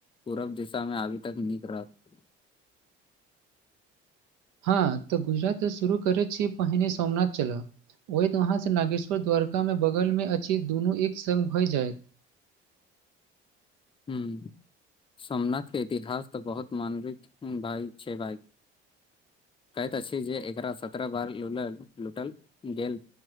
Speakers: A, on the left; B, on the right.
A: पूरब दिशा मे आबी त नीक रहत
B: हँ तऽ गुजरात स शुरू करै छी पहिने सोमनाथ चलब होइत वहाँ से नागेश्वर द्वारका मे बगल मे अछि दुनू एक संग भऽ जायत
A: हूं सोमनाथ के इतिहास तऽ बहुत मानविक भाय छै भाय कहति अछि जे एकरा सत्रह बार लूलल लूटल गेल